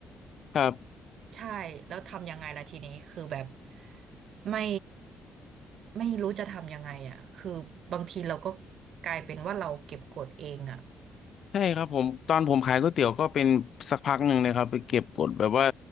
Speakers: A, on the left (about 60°); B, on the right (about 70°).
A: ครับ
B: ใช่แล้วทำยังไงล่ะทีนี้คือแบบไม่ไม่รู้จะทำยังไงอ่ะคือบางทีเราก็กลายเป็นว่าเราเก็บกดเองอ่ะ
A: ใช่ครับผมตอนผมขายก๋วยเตี๋ยวก็เป็นสักพักหนึ่งเลยครับไปเก็บกดแบบว่า